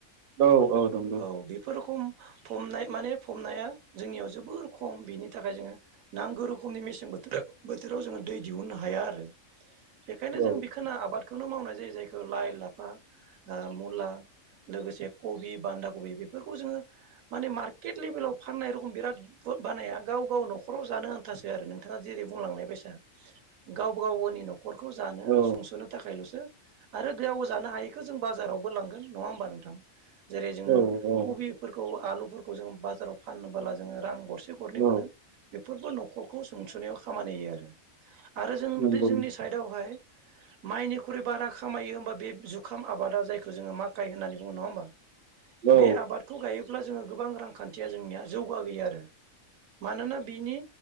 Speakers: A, on the right; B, on the right.
A: औ नंगौ
B: औ बेफोर रोखम फमनाय माने फमनाया जोंनियाव जोबोर खम बिनि थाखाय जोङो नांगौ रोखोमनि मेसें बोथोर बोथोराव जोङो दै दिहुननो हाया आरो बेखायनो
A: औ
B: जों बिखोना आबाद खौनो मावनाय जायो जायखौ लाइ, लाफा, मुला लोगोसे कबि बान्दा कबि बेफोरखौ जोङो माने मार्केट लेभेलाव फाननाय रखम बिराद बानाया गाव गाव न'खराव जानो आनथासै आरो नोंथाङा जेरै बुंलांनाय बेसा गाव गाव गावनि न'खरखौ जानो
A: औ
B: सुंस'नो थाखायल'सो आरो गोयाव जानो हायैखौ जों बाजारावबो लांगोन नङा होमबा नोंथां जेरै जोङो
A: औ औ
B: कबिफोरखौ आलुफोरखौ जोङो बाजाराव फाननोबोला जोङो रां गर से गरनै
A: नंगौ औ
B: मोनो बेफोरबो न'खरखौ सोंस'नायाव खामानि होयो आरो। आरो जों
A: नंगौ
B: जोंनि साइदआवहाय माइनिख्रुइ बारा खामायो होमबा बे जुखाम आबादा जायखौ जोङो माकाइ होननानै बुङो। नङा होमबा?
A: औ
B: बे आबादखौ गायोब्ला जोङो गोबां रांखान्थिया जोंनिया जौगा गैया आरो मानोना बिनि